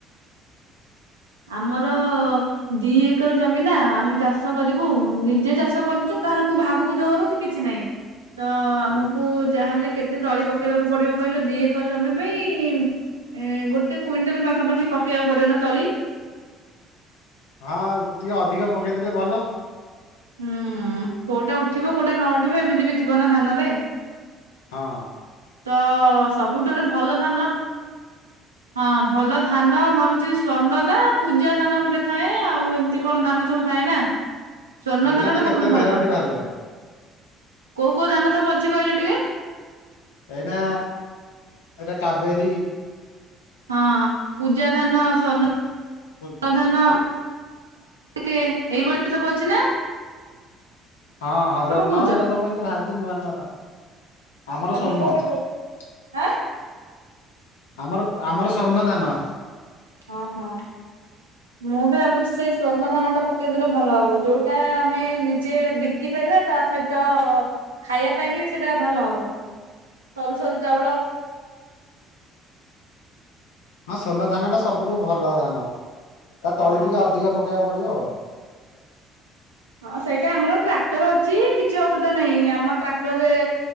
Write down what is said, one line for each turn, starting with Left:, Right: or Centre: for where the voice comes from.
Right: ଆମର ଦି ଏକର ଜମିନା ଆମେ ଚାଷ କରିବୁ ନିଜେ ଚାଷ କରୁଚୁ କାହାକୁ ଭାଗକୁ ଦଉନୁ କି କିଛି ନାହିଁ। ତ ଆମକୁ
Left: ହୁଁ।
Right: ଯାହାହେଲେ କେତେ କେତେ ତଳି ପକେଇବାକୁ ପଡିବ କହିଲ ଦିଏକ ଜମି ପାଇଁ? ଏ ଗୋଟେ କୁଇଣ୍ଟାଲ ପାଖାପାଖି ପକେଇବାକୁ ପଡିବ ନା ତଳି?
Left: ହଁ ଟିକେ ଅଧିକ ପକେଇଦେଲେ ଭଲ।
Right: ହୁଁ କୋଉଟା ଉଠିବ କୋଉଟା ନ ଉଠିବ ଏମିତି ବି ଥିବ ନା ଧାନରେ?
Left: ହଁ
Right: ତ ସବୁଠାରୁ ଭଲ ଧାନ
Left: ହ
Right: ହଁ ଭଲ ଧାନ ଭାବୁଚି ସ୍ଵର୍ଣ୍ଣଦା ପୂଜା ଧାନ ଗୋଟେ ଥାଏ, ଆଉ ଏମିତି କଣ ଧାନ ସବୁ ଥାଏ ନା? ସ୍ଵର୍ଣ୍ଣ
Left: ଏଇନା
Right: ଧାନ
Left: ତ
Right: ଟା ସବୁଠୁ
Left: କେତେ
Right: ଭଲ
Left: ଭେରାଇଟି ବାହାରିଲାଣି
Right: କୋଉ କୋଉ ଧାନ ସବୁ ଅଛି କହିଲେ ଟିକେ
Left: ଏଇନା ଏଇଟା କବେରୀ
Right: ହଁ ପୂଜା ଧାନ ସ୍ୱର୍ଣ୍ଣ
Left: ହଁ
Right: ଧାନ ଏଇ ଭଳି ସବୁ ଅଛି ନାଁ?
Left: ହଁ ହଜାର
Right: କହୁଛ
Left: ନଅ ଏଇଟା ସବୁ ଏମତି ବାହାରିଚି ନୂଆ ନୂଆ ଧା ଆମର
Right: ତମେ
Left: ସ୍ୱର୍ଣ୍ଣ।
Right: କୋଉଟା କହୁଛ ଆଁ
Left: ଆମର ଆମର ସ୍ୱର୍ଣ୍ଣ ଧାନ।
Right: ହଁ ହଁ। ମୁଁ ବି ଭାବୁଚି ସେ ସ୍ୱର୍ଣ୍ଣ ଧାନ ଟା ପକେଇଦେଲେ ଭଲ ହବ ଯୋଉଟା ଆମେ ନିଜେ ବି ଶିଖିପାରିବା ତା ସହିତ ଖାଇବା ପାଇଁ ବି ସେଇଟା ଭଲ ହବ। ସରୁ ସରୁ ଚାଉଳ।
Left: ହଁ ସ୍ୱର୍ଣ୍ଣ ଧାନଟା ସବୁଠୁ ଭଲ ଧାନ ତା
Right: ହଁ।
Left: ତଳି ଟିକେ ଅଧିକ ପକେଇବାକୁ ପଡ଼ିବ ଆଉ।
Right: ହଁ ସେଇଟା ଆମର ଟ୍ରାକ୍ଟର ଅଛି କିଛି ଅସୁବିଧା ନାହିଁ ଆମ ଟ୍ରାକ୍ଟରରେ